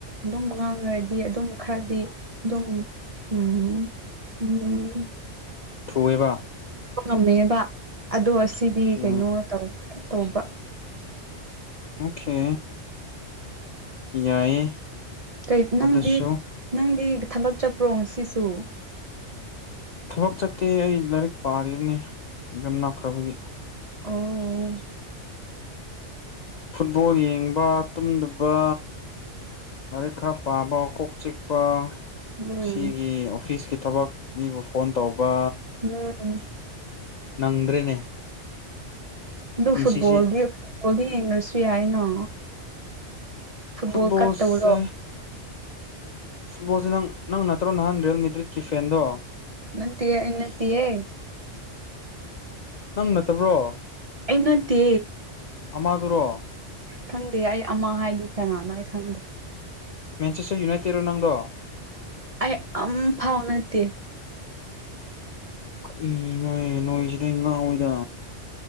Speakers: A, on the right; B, on the left.
A: ꯑꯗꯨꯝ ꯉꯥꯡꯈ꯭ꯔꯗꯤ ꯑꯗꯨꯝ ꯈꯔꯗꯤ ꯑꯗꯨꯝ ꯎꯝ ꯎꯝ
B: ꯊꯨꯏꯌꯦꯕ
A: ꯉꯝꯃꯦꯕ ꯑꯗꯣ ꯑꯁꯤꯗꯤ
B: ꯑꯣꯀꯦ
A: ꯀꯩꯅꯣ ꯇꯧ ꯇꯧꯕ
B: ꯑꯣꯛꯀꯦ ꯌꯥꯏꯌꯦ
A: ꯀꯩ ꯅꯪꯗꯤ
B: ꯑꯗꯨꯁꯨ
A: ꯅꯪꯗꯤ ꯊꯕꯛ ꯆꯠꯄ꯭ꯔꯣ ꯉꯁꯤꯁꯨ
B: ꯊꯕꯛ ꯆꯠꯇꯦ ꯑꯩ ꯂꯥꯏꯔꯤꯛ ꯄꯥꯔꯤꯕꯅꯤ ꯌꯝ ꯅꯛꯈ꯭ꯔꯕꯒꯤ
A: ꯑꯣ
B: ꯐꯨꯠꯕꯣꯜ ꯌꯦꯡꯕ ꯇꯨꯝꯗꯕ ꯂꯥꯏꯔꯤꯛ ꯈꯔ ꯄꯥꯕ ꯀꯣꯛ ꯆꯤꯛꯄ
A: ꯎꯝ
B: ꯁꯤꯒꯤ ꯑꯣꯐꯤꯁꯀꯤ ꯊꯕꯛ ꯃꯤꯕꯨ ꯐꯣꯟ ꯇꯧꯕ
A: ꯎꯝ
B: ꯅꯪꯗ꯭ꯔꯦꯅꯦ
A: ꯑꯗꯨ
B: ꯄꯨꯟꯁꯤꯁꯤ
A: ꯐꯨꯠꯕꯣꯜꯗꯤ ꯐꯨꯠꯕꯣꯜꯗꯤ ꯌꯦꯡꯗꯔꯁꯨ ꯌꯥꯏꯅ ꯐꯨꯠꯕꯣꯜ
B: ꯐꯨꯠꯕꯣꯜꯁꯦ
A: ꯀꯠꯇꯕ꯭ꯔꯣ
B: ꯐꯨꯠꯕꯣꯜꯁꯦ ꯅꯪ ꯅꯪ ꯅꯠꯇ꯭ꯔꯣ ꯅꯍꯥꯟ ꯔꯤꯌꯦꯜꯃꯤ ꯇ꯭ꯔꯤꯠꯀꯤ ꯐꯦꯟꯗꯣ
A: ꯅꯠꯇꯦ ꯑꯩ ꯅꯠꯇꯤꯑꯦ
B: ꯅꯪ ꯅꯠꯇꯕ꯭ꯔꯣ
A: ꯑꯩ ꯅꯠꯇꯦ
B: ꯑꯃꯗꯨꯔꯣ
A: ꯈꯪꯗꯦ ꯑꯩ ꯑꯃ ꯍꯥꯏꯗꯤ ꯀꯅꯥꯅꯣ ꯑꯩ ꯈꯪꯗꯦ
B: ꯃꯦꯁꯤꯁꯨ ꯌꯨꯅꯥꯏꯇꯦꯠꯂꯣ ꯅꯪꯗꯣ
A: ꯑꯩ ꯑꯝ ꯐꯥꯎ ꯅꯠꯇꯦ
B: ꯀꯩ ꯅꯣꯏ ꯅꯣꯏꯁꯤꯗꯤ ꯉꯥꯎꯋꯦꯗ